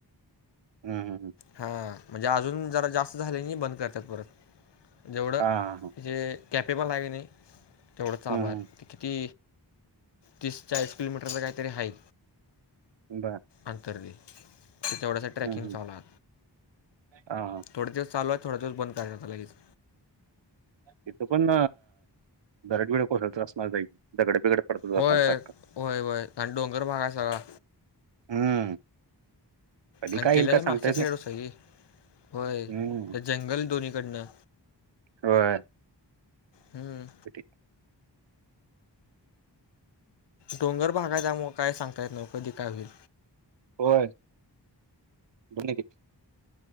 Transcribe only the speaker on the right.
हम हम हम
हा हा हा
हम्म हम्म
बर.
हम्म हम्म
हा हा
तिथं पण दरड बिरड कोसळतच असणार दगड बिगड पडतच
असणार सारखं
हम्म कधी
काय
येईल काय सांगता
येत
नाही
हम्म
होय
<unintelligible>
होय <unintelligible>